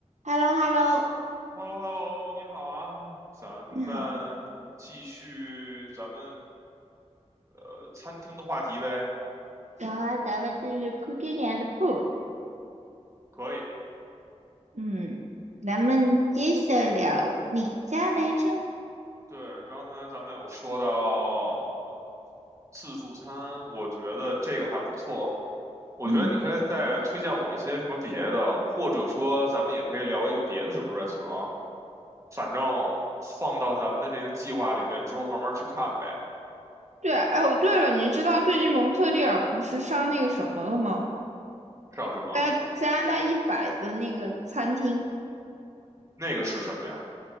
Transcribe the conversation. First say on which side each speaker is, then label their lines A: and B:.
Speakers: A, on the right; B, on the right.
A: h e l l o h e l l o
B: h e l l o h e l l o 你好啊，咱们继续咱们
A: 你好，
B: 呃餐厅的话题呗，
A: 然后咱们就是 Cooking and Food，
B: 可以。
A: 嗯咱们接着聊哪家来着？
B: 对，刚才咱们有说到呃自助餐，我觉得这个还不错。我觉得你可以再推荐我一些什么别的，
A: 嗯，
B: 或者说咱们也可以聊一个别的什么 restaurant，反正放到咱们的这个计划里边之后慢慢去看呗。
A: 对啊，哎，哦，对了，你知道最近蒙特利尔不是上那个什么了吗？
B: 上什么？
A: 在加拿大一百的那个餐厅，
B: 那个是什么呀？